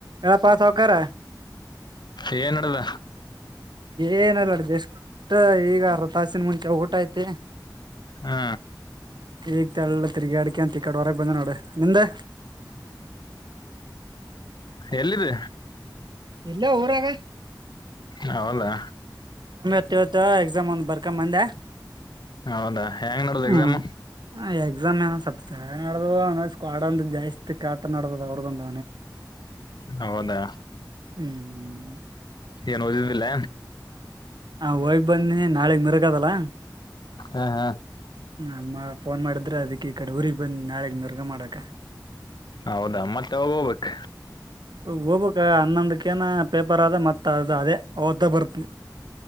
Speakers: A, on the right; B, on the left.
A: ಎಲ್ಲ ಪಾಸಾವ ಕ
B: ಏನ್ ನಡದ
A: ಏನಲ್ಲ ಅಡ್ದ ಎಷ್ಟ ಈಗ ಅರ ತಾಸಿನ ಮುಂಚೆ ಊಟ ಐ್ತಿ
B: ಹಾ
A: ಈಗ ತಳ್ಳ ತಿರ್ಗಿ ಅಡ್ಕ ಅಂತ ಕಡೆ ಹೊರಗೆ ಬಂದ ನೋಡು ನಿಮ್ದೆ
B: ಎಲ್ಲಿದ್ದ
A: ಎಲ್ಲೇ ಊರಾಗ
B: ಹಲ್ಲಾ
A: ಟ್ತ್ ಎಕ್ಸಾಮ್ ಒಂದ್ ಬರ್ಕೊಂಬಂದೆ
B: ಹೌದಾ ಹೆಂಗ್ ನಡ್ದ
A: ಹ್ಮ
B: ಎಕ್ಸಾಮ್
A: ಹಾಗ ಜಮ್ಮೇ ಸ ನಡ ಕಾಡಂದು ಜಾಸ್ತಿ ಕಾಟ ನಡದ್ ಅವ್ರದೊಂದ
B: ಹೌದಾ
A: ಹ್ಮ್
B: ಏನ್ ಓದಿದಿಲ್ಲ
A: ಹ ಹೋಗ್ ಬಂದ್ನಿ ನಾಳೆ ಮಿರಕದಲ್ಲ
B: ಹಾ ಹಾ
A: ಆಮ್ಮ ಫೋನ್ ಮಾಡಿದ್ರೆ ಅದಕ್ಕೆ ಈ ಕಡೆ ಊಗ್ ಬಂದ ನಾಳಗ್ ಮರ್ಗ ಮಾಡಕ
B: ಹೌದಾ ಮತ್ತೆ ಅವಾಗ ಹೋಗ್ಬೇಕ
A: ಹೋಗಬಕ್ ಹನ್ನೊಂದಕೇನಾ ಪೇಪರ್ ಅದ ಮತ್ತ ಅದು ಅದೇ ಅವತ್ತ ಬರ್ತತಿ